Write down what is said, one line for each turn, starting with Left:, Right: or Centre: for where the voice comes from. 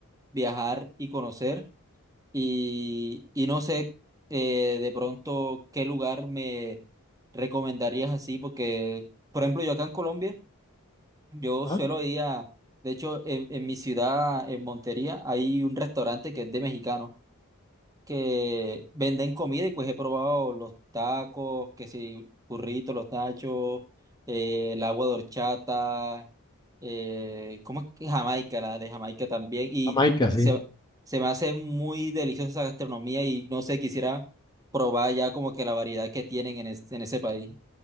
Right: viajar y conocer y, y no sé eh, de pronto qué lugar me recomendarías así, porque, por ejemplo, yo acá en Colombia. Yo
Left: ¿Ah?
Right: suelo ir a, de hecho, en, en mi ciudad, en Montería, hay un restaurante que es de mexicanos que venden comida y pues he probado los tacos, que si burritos, los nachos, eh, el agua de horchata, eh, ¿cómo es que Jamaica, la de Jamaica también? Y
Left: Jamaica,
Right: se,
Left: sí.
Right: se me hace muy deliciosa esa gastronomía y no sé, quisiera probar ya como que la variedad que tienen en, es- en ese país.